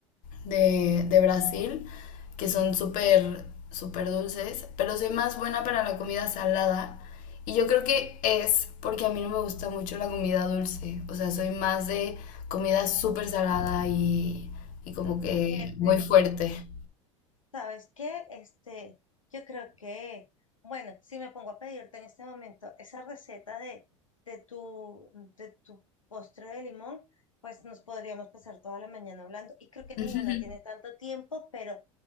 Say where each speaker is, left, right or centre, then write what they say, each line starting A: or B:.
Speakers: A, on the left; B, on the left.
A: de, de Brasil, que son súper, súper dulces, pero soy más buena para la comida salada. Y yo creo que es porque a mí no me gusta mucho la comida dulce, o sea, soy más de comida súper salada y, y como que
B: oye,
A: muy
B: pe-
A: fuerte.
B: ¿sabes qué? Este, yo creo que, bueno, si me pongo a pedirte en este momento esa receta de, de tu, de tu postre de limón, pues nos podríamos pasar toda la mañana hablando. Y creo que ninguna
A: Ujú,
B: tiene tanto tiempo, pero